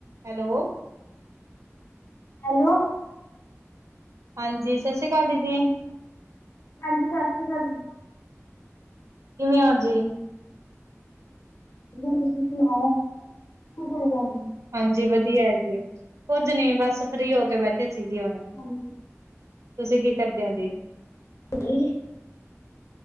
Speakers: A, on the right; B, on the left.
A: Hello?
B: Hello.
A: ਹਾਂਜੀ ਸਤਿ ਸ੍ਰੀ ਅਕਾਲ ਦੀਦੀ।
B: ਹਾਂਜੀ ਸਤਿ ਸ਼੍ਰੀ ਅਕਾਲ ਦੀਦੀ।
A: ਕਿਵੇਂ ਹੋ ਜੀ?
B: ਜੀ ਤੁਸੀਂ ਸੁਣਾਓ, ਕੀ ਕਰੀ ਜਾਂਦੀ
A: ਹਾਂਜੀ ਵਧੀਆ ਹੈ ਜੀ, ਕੁੱਝ ਨੀ ਬਸ ਫ਼ਰੀ ਹੋ ਕੇ ਬੈਠੇ ਸੀ ਜੀ ਹੁਣ।
B: ਹਾਂਜੀ।
A: ਤੁਸੀਂ ਕੀ ਕਰਦੇ ਓ ਜੀ?
B: <unintelligible>